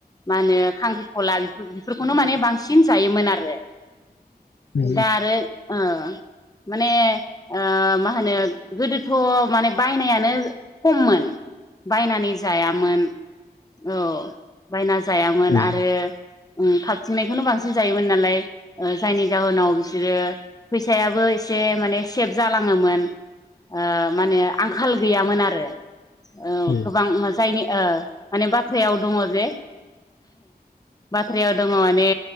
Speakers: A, on the left (about 20°); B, on the left (about 80°).
A: मा होनो खांख्रिखला बेफो बेफोरखौनो माने बांसिन जायोमोन आरो
B: उम
A: दा आरो ओ माने ओ मा होनो गोदोथ' माने बायनायानो खममोन बायनानै जायामोन औ बायना जायामोन
B: उम
A: आरो उम खाबथिंनायखौनो बांसिन जायोमोन नालाय ओ जायनि जाहोनाव बिसोरो फैसायाबो एसे माने सेफ जालाङोमोन ओ माने आंखाल गैयामोन आरो औ
B: उम
A: गोबां मा जायनि ओ माने बाथ्रायाव दङ जे बाथ्रायाव दङ माने